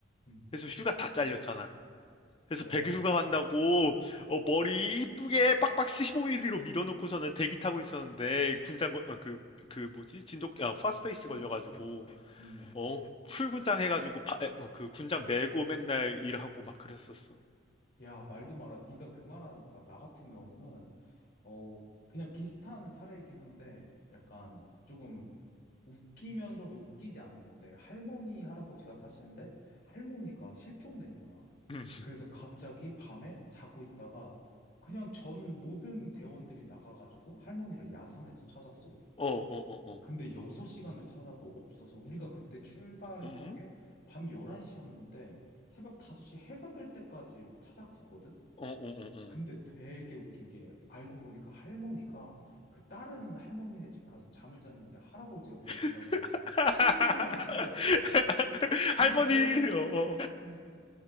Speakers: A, on the left; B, on the left.
A: 음,
B: 그래서 휴가 다 잘렸잖아. 그래서
A: 와,
B: 백일 휴가 간다고 어, 머리 이쁘게 빡빡 15mm로 밀어놓고서는 대기 타고 있었는데 군장 걸- 어, 그, 그 뭐지? 진돗 아, 파스페이스
A: 진,
B: 걸려가지고
A: 음, 음.
B: 어, 풀군장 해가지고 파- 에, 어, 그 군장 메고 맨날 일하고 막 그랬었어.
A: 야, 말도 마라. 네가 그 말하니까 나 같은 경우는 어 그냥 비슷한 사례이긴 한데 약간 조금 웃기면서도 웃기지 않은 건데, 할머니, 할아버지가 사시는데, 할머니가 실종된 거야.
B: 음.
A: 그래서 갑자기 밤에 자고 있다가, 그냥 전 모든 대원들이 나가가지고 할머니를 야산에서 찾았어.
B: 어, 어, 어, 어.
A: 근데 6시간을 찾아도 없어서, 우리가 그때 출발했던
B: 음?
A: 게 밤 11시였는데, 새벽 5시 해가 뜰 때까지 찾았었거든?
B: 어, 어, 어, 어.
A: 근데 되게 웃긴 게 알고 보니까 할머니가 그 다른 할머니네 집 가서 잠을 잤는데 할아버지가 그걸 몰라서
B: <laughs>
A: 신고를 하신 거야. 우리
B: 할머니,
A: 그래서
B: 어,
A: <laughs>
B: 어, 어,
A: 어,